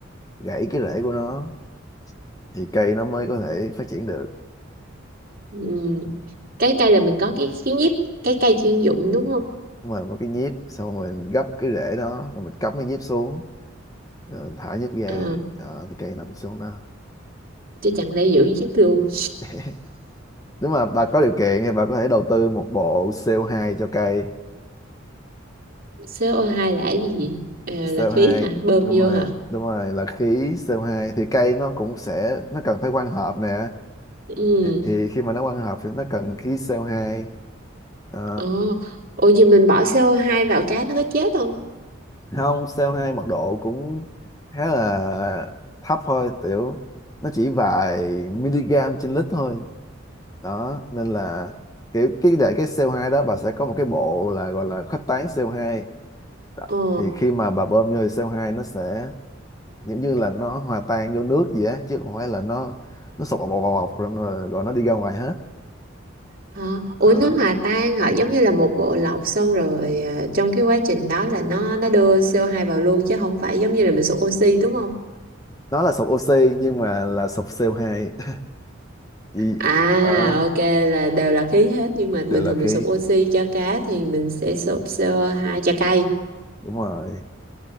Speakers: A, on the left (about 20°); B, on the right (about 50°).
A: gãy cái rễ của nó thì cây nó mới có thể phát triển được
B: Ừm, cái cây là mình có cái cái nhíp cái cây chuyên dụng đúng không?
A: đúng rồi có cái nhíp xong rồi mình gấp cái rễ đó rồi mình cắm cái nhíp xuống Ờ, thả nhất gà
B: Ờ.
A: Ờ, thì cây nằm xuống đó
B: chứ chẳng lẽ giữ chiếc luôn
A: <laughs> nếu mà bà có điều kiện thì bà có thể đầu tư một bộ CO2 cho cây
B: co hai là cái gì Ờ,
A: CO2
B: là khí hả bơm
A: đúng
B: vô
A: rồi
B: hả
A: đúng rồi là khí CO2 thì cây nó cũng sẽ nó cần phải quang hợp nè
B: ừ
A: thì, thì khi mà nó quang hợp thì nó cần khí CO2 Ờ,
B: ồ ủa gì mình bỏ co hai vào cá nó có chết không
A: không CO2 mật độ cũng khá là thấp thôi tiểu nó chỉ vài miligam trên lít thôi đó nên là kiểu cái để cái CO2 đó bà sẽ có một cái bộ là gọi là khuếch tán CO2 đó.
B: ồ
A: thì khi mà bà bơm vô thì CO2 nó sẽ giống như là nó hòa tan vô nước gì á chứ không phải là nó nó sụp bọc bọc bọc bọc rồi, rồi rồi nó đi ra ngoài hết
B: hả ủa
A: đó.
B: nó hòa tan hả giống như là một bộ lọc xong rồi ờ, trong cái quá trình đó là nó nó đưa co hai vào luôn chứ không phải giống như là mình sụp oxy đúng không
A: nó là sụp oxy nhưng mà là sụp CO2 <laughs> Ý,
B: à
A: đó
B: ok là đều là khí hết nhưng mà
A: đều
B: bình
A: là
B: thường
A: khí
B: mình sụp oxy cho cá thì mình sẽ sụp co hai cho cây
A: đúng rồi